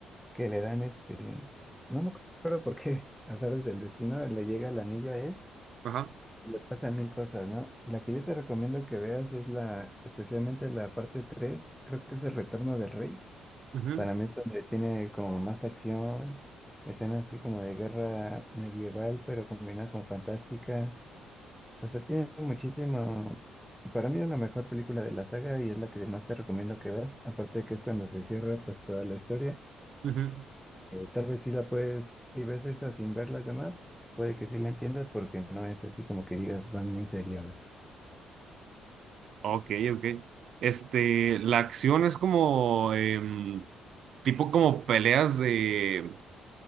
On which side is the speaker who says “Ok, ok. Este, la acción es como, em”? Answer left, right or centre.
Right